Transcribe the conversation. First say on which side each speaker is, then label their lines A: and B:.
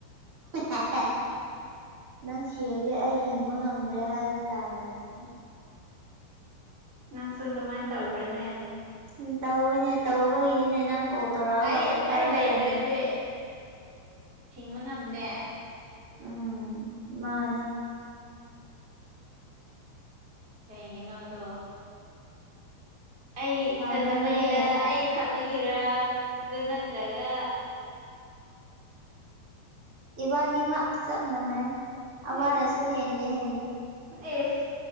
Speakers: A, on the right; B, on the right.
A: <unintelligible> ꯅꯪ ꯁꯤꯔꯗꯤ ꯑꯩ ꯍꯤꯡꯕ ꯉꯝꯗ꯭ꯔꯦ ꯍꯥꯏꯕ ꯇꯥꯔꯦ ꯑꯗꯨꯗꯤ
B: ꯅꯪꯁꯨ ꯑꯗꯨꯃꯥꯏꯅ ꯇꯧꯕ꯭ꯔꯅꯦ
A: ꯎꯝ ꯇꯧꯕꯅꯦ ꯇꯧꯕꯒꯤꯅꯤꯅꯦ ꯅꯪ ꯀꯣꯜ ꯇꯧꯔꯛꯑꯒ
B: ꯑꯩ
A: ꯄꯥꯏꯈꯠꯂꯒ
B: ꯑꯩ ꯂꯩꯗ꯭ꯔꯗꯤ
A: ꯂꯩꯩꯅꯣ
B: ꯍꯤꯡꯕ ꯉꯝꯗꯦ
A: ꯎꯝ ꯃꯥꯅꯦ
B: ꯀꯩꯒꯤꯅꯣ ꯑꯗꯣ ꯑꯩ
A: ꯐꯕꯅꯦ
B: ꯐꯖꯕꯒꯤꯔ ꯑꯩ ꯊꯥꯕꯒꯤꯔ ꯑꯗꯨ ꯅꯠꯇ꯭ꯔꯒ
A: ꯏꯕꯥꯅꯤꯃꯛ ꯆꯞ ꯃꯥꯟꯅꯩ ꯑꯃꯅꯁꯨ
B: ꯑꯦꯁ
A: ꯍꯦꯟꯗꯦ ꯍꯦꯟꯗꯦ
B: ꯑꯦꯁ